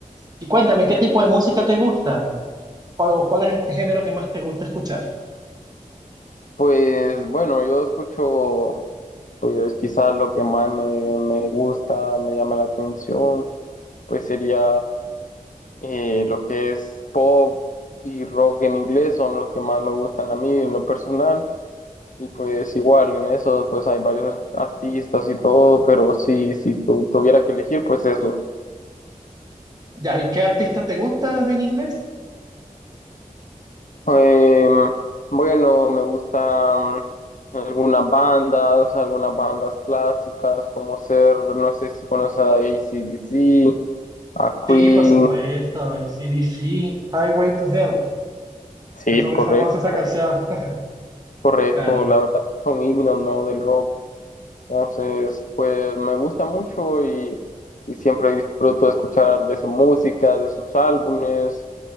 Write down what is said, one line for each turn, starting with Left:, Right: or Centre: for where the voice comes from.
Right: Y cuéntame, ¿qué tipo de música te gusta? ¿Cuál, o cuál es el género que más te gusta escuchar?
Left: Pues bueno, yo escucho, pues quizás lo que más me, me gusta, me llama la atención, pues sería eh, lo que es pop y rock en inglés, son los que más me gustan a mí en lo personal. Y pues igual en eso, pues hay varios artistas y todo, pero si, si tu- tuviera que elegir, pues eso.
Right: Ya, ¿y qué artista te gusta en inglés?
Left: Em, bueno, me gustan algunas bandas, algunas bandas clásicas, como ser, no sé si conoces a AC/DC, a Queen.
Right: Sí, por supuesto, AC/DC, Highway to Hell.
Left: Sí,
Right: Esa Es muy
Left: correcto,
Right: famosa esa canción. <laughs>
Left: correcto.
Right: Claro.
Left: La verdad son himnos, ¿no? del rock. Entonces, pues me gusta mucho y, y siempre disfruto de escuchar de su música, de sus álbumes